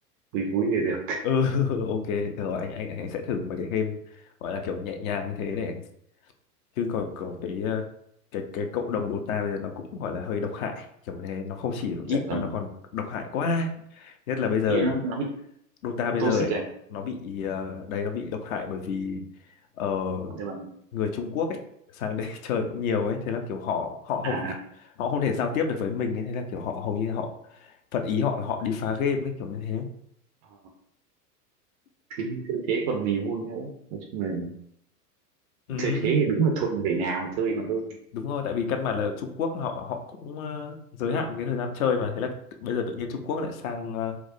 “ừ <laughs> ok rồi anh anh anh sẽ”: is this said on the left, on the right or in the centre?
Left